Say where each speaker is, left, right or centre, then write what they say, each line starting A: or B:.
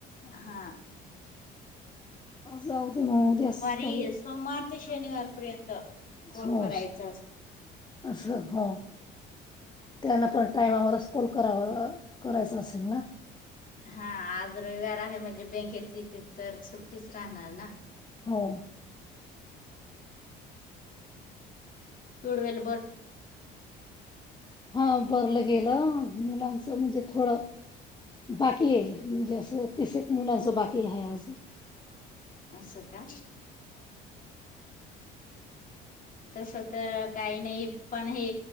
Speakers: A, on the left; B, on the left.
A: हा...
B: जाऊ दे मऊ दे अस
A: वारी
B: क...
A: सोमवार ते शनिवारपर्यंत कॉल
B: हो
A: करायचा असतो.
B: असं ह... त्यांना पण टायमावरच कॉल करावा करायचा असेल ना...
A: हा आज रविवार आहे म्हणजे बँकेची तर सुट्टीच राहणार ना...
B: हो....
A: चूडवेल...
B: हा थोरलं गेलं मुलांचं म्हणजे थोडं... बाकी आहे म्हणजे असं तिस एक मुलांच बाकी आहे आज...
A: अस का? तस तर काही नाही पण हे